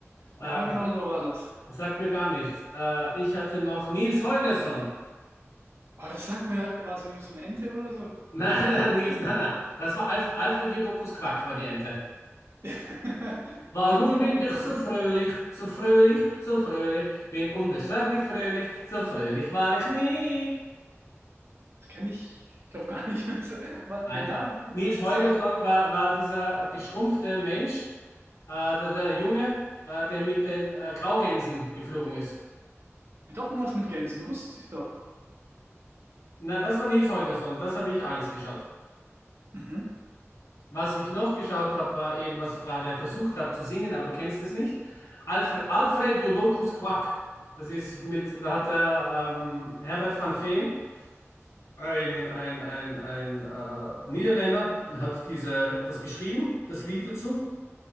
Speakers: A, on the left (about 80°); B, on the right (about 55°).
A: Äh,
B: Ja, genau so war das.
A: das sagt mir gar nichts. Äh, ich hatte noch Nils Holgersson.
B: Aber das sagt mir, war das irgendwie so eine Ente oder so?
A: <laughs> Nein, nein, Nils, nein, nein. Das war Alf Alfred Jodokus Quack, war die Ente.
B: <laughs>
A: Warum
B: Nils Holgersson.
A: bin ich so fröhlich, so fröhlich, so fröhlich? Bin unbeschreiblich fröhlich, so fröhlich war ich nie.
B: Das kenne ich, ich glaube gar nicht mehr. so. Aber der
A: Alter.
B: Name hat mir
A: Nils
B: was
A: Holgersson
B: gesagt.
A: war, war dieser geschrumpfte Mensch, äh, der, der Junge, äh, der mit den äh, Graugänsen geflogen ist.
B: Hat auch irgendwas mit Gänsen, wusste ich doch.
A: Na, das war Nils Holgersson, das habe ich alles geschaut.
B: Mhm.
A: Was ich noch geschaut habe, war eben, was ich gerade versucht habe zu singen, aber du kennst es nicht. Alfred, Alfred Jodokus Quack. Das ist mit, da hat der ähm, Herbert van Veen, ein, ein, ein, ein äh, Niederländer, hat diese, das geschrieben, das Lied dazu.